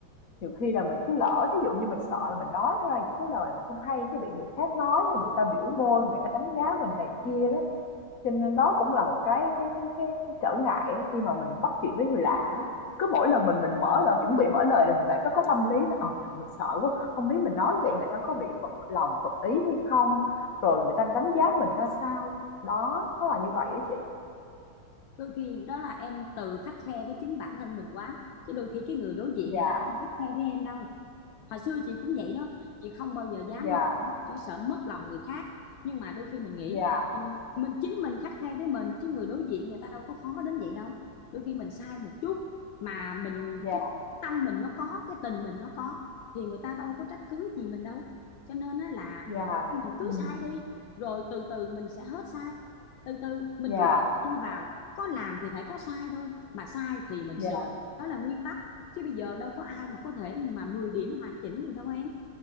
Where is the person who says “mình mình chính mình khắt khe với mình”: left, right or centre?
Left